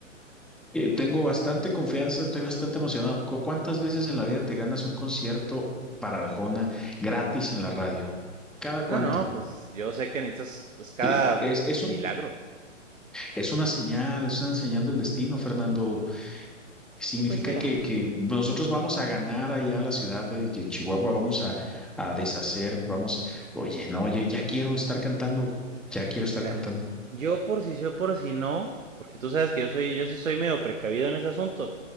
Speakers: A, in the centre; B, on the right (about 75°).
A: Eh, tengo bastante confianza, estoy bastante emocionado. ¿Cu- ¿Cuántas veces en la vida te ganas un concierto para Arjona gratis en la radio? ¿Cada
B: No,
A: cuánto?
B: no, pues yo sé que necesitas es cada
A: Eh, Es, es,
B: milagro.
A: un- es una señal, es una señal del destino, Fernando. significa
B: Pues mira,
A: que, que pues, nosotros vamos a ganar allá a la ciudad de Chi- Chihuahua, vamos a, a deshacer, vamos, oye, no, yo ya quiero estar cantando, ya quiero estar
B: mira,
A: cantando.
B: yo por si sí o por si no, porque tú sabes que yo soy, yo sí soy medio precavido en ese asunto.